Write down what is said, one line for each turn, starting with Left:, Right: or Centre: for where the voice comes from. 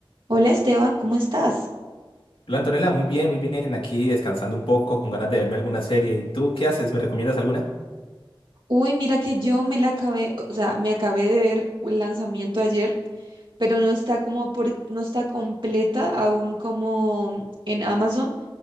Right: Hola Esteban, ¿cómo estás?
Left: Hola Antonella, muy bien, muy bien. Aquí descansando un poco, con ganas de verme alguna serie. ¿Y tú qué haces? ¿Me recomiendas alguna?
Right: Uy, mira que yo me la acabé, o sea, me acabé de ver el lanzamiento ayer, pero no está como por, no está completa aún como en Amazon